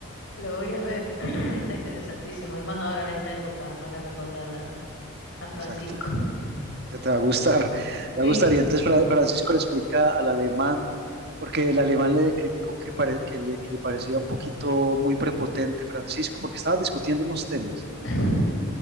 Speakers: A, on the left (about 65°); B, on the right (about 50°).
A: Lo voy a ver. <clears throat> Está interesantísimo. Y más ahora en esta época para recordar a, a Francisco.
B: Exacto. Eso te va a gustar, <laughs> te
A: Sí,
B: va a gustar. Y entonces Fra- Francisco le explica al alemán, porque el alemán le criticó que, pare- que le, que le parecía un poquito muy prepotente Francisco, porque estaban discutiendo unos temas.
A: <laughs>